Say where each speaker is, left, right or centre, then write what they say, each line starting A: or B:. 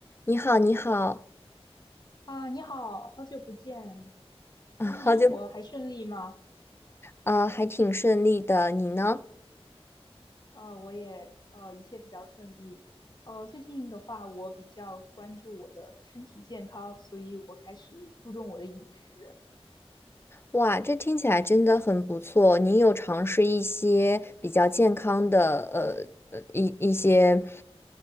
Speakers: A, on the left; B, on the left.
A: 你好，你好，
B: 啊，你好，好久不见，最近生活还顺利吗？
A: 啊，好久不啊，还挺顺利的，你呢？
B: 啊，我也呃，一切比较顺利。呃，最近的话，我比较关注我的身体健康，所以我开始注重我的饮食。
A: 哇，这听起来真的很不错。你有尝试一些比较健康的，呃，呃，一一些，